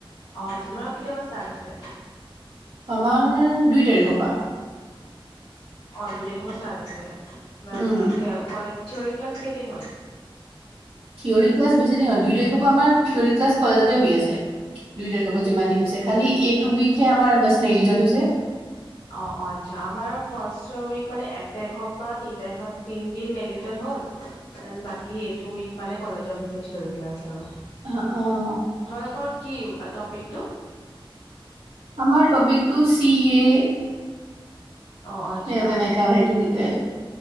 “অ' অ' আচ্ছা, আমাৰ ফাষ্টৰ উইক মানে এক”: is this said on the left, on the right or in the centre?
Left